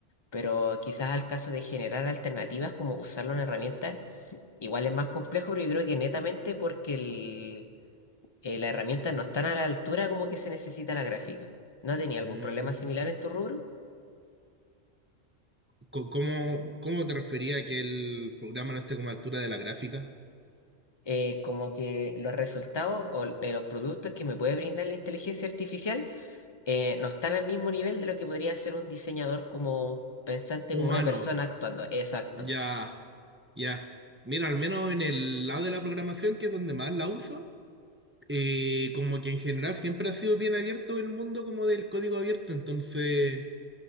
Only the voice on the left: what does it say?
pero quizás al caso de generar alternativas como usar una herramienta, igual es más complejo, pero yo creo que netamente porque el, eh, las herramientas no están a la altura como que se necesita la gráfica. ¿No tenía algún
problema similar en tu rubro?
Eh, como que los resultados o de los productos que me puede brindar la inteligencia artificial eh, no están al mismo nivel de lo que podría hacer un diseñador como pensante,
como una persona actuando. Exacto.